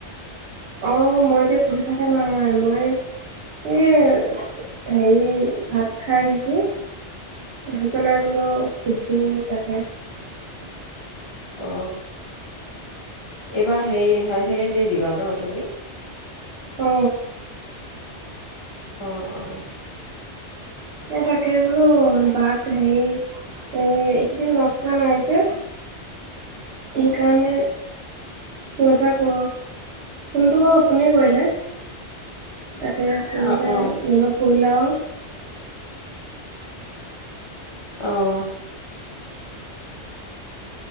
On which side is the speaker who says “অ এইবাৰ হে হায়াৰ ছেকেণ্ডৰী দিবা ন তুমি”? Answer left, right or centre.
Left